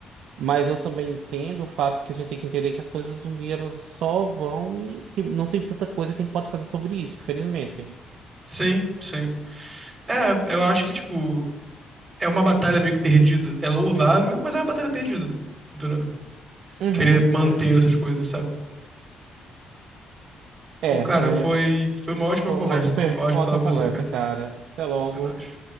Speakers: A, on the right; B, on the right.
A: mas eu também entendo o fato que a gente tem que entender que as coisas um dia elas só vão e tem- não tem tanta coisa que a gente pode fazer sobre isso, infelizmente.
B: Sim, sim. É, eu acho que, tipo, é uma batalha meio que perdida. É louvável, mas é uma batalha perdida. Entendeu?
A: Uhum,
B: querer manter
A: uhum.
B: essas coisas, sabe?
A: É,
B: Bom, cara, foi,
A: é,
B: foi uma ótima
A: foi
B: conversa,
A: uma ótima, per-
B: mano. Foi ótimo
A: uma ótima
B: falar com
A: conversa,
B: você, cara.
A: cara. Até logo.
B: Até mais.